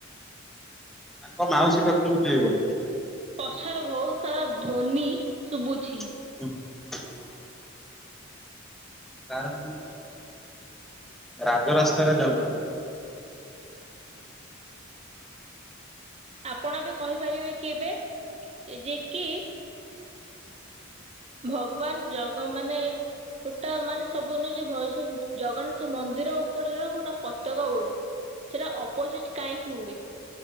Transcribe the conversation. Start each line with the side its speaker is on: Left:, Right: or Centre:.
Centre: ତାଙ୍କ ମାଉସି ପାଖକୁ ଯିବେବୋଲି।
Right: ପସରେ ବହୁତ ସାରା ଧ୍ୱନି ଶୁଭୁଛି।
Centre: <inaudible> କାର ରାଜ ରାସ୍ତାରେ ଯାଉଛୁ। <inaudible>
Right: ଆପଣ ବି କହିପାରିବେ କି ଏବେ ଯେ କି? ଭଗବାନ ଜଗ୍ ମାନେ ଗୋଟା ମାନେ ସବୁ ନିଜ ଭଏସ-ଜଗନ୍ନାଥ ମନ୍ଦିର ଉପରେ ଯ-ଗୋଟା ପତାକା ଉଡେ। ସେଟା ଅପୋଜିଟ କାହିଁକି ଉଡ଼େ?